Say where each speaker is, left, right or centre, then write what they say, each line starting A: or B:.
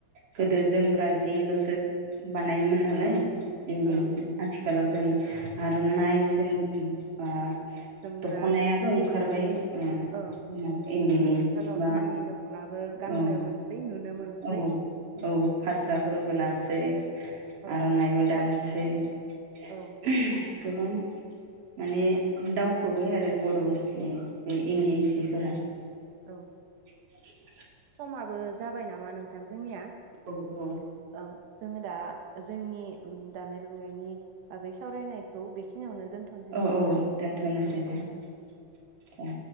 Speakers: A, on the right; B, on the right.
A: गोदो
B: औ
A: जोमग्रा जि बेलसो बानायोमोन नालाय।
B: ओं
A: इन्दिनि
B: ओं
A: आथि खालाव जों आरननाय जों बा
B: जोमग्रा
A: दखनायाबो ओंखारबाय। ओ
B: ओं
A: इन्दिनि
B: आथिखालाव
A: बा
B: इन्दिनि दख'नाबो गाननो
A: औ
B: मोनसै नुनो मोनसै
A: औ औ फास्राफोरबो लासै
B: औ
A: आरनाइबो गानसेै। <unintelligible>
B: औ
A: गोबां माने दावखोबाय आरो बर'नि बे इन्दि सिफोरा
B: ओ औ
A: <inaudible>
B: समाबो जाबाय नामा नोंथां जोंनिया
A: औ औ।
B: औ जोङो दा जोंनि उम दानाय लुनायनि बागै सावरायनायखौ बेखिनियावनो दोनथ'नोसै नामा
A: औ
B: नोंथां?
A: औ दोनथनोसै दे दे।